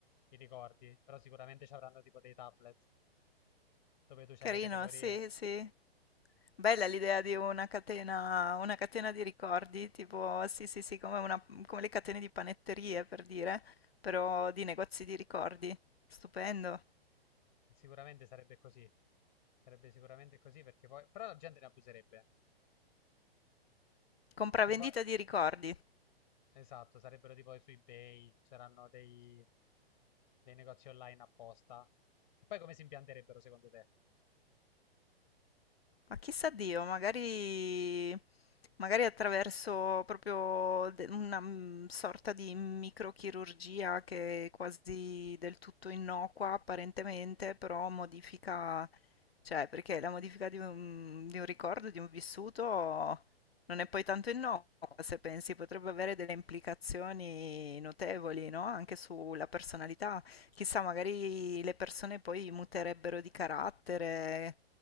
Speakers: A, on the left (about 50°); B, on the left (about 70°).
A: i ricordi, però sicuramente ci avranno tipo dei tablet dove tu c'hai
B: Carino,
A: le categorie.
B: sì, sì. Bella l'idea di una catena, una catena di ricordi, tipo, sì, sì, sì, come, una- come le catene di panetterie, per dire, però di negozi di ricordi. Stupendo.
A: Sicuramente sarebbe così. Sarebbe sicuramente così perché poi... Però la gente ne abuserebbe.
B: Compravendita
A: Perché poi...
B: di ricordi.
A: Esatto, sarebbero tipo su eBay, c'erano dei, dei negozi online apposta. Che poi come si impianterebbero secondo te?
B: Ma chissà Dio, magari, magari attraverso proprio de- una mm, sorta di microchirurgia che è quasi del tutto innocua apparentemente, però modifica, cioè perché la modifica di un, di un ricordo, di un vissuto, non è poi tanto innocua se pensi, potrebbe avere delle implicazioni notevoli, no? Anche sulla personalità. Chissà, magari le persone poi muterebbero di carattere.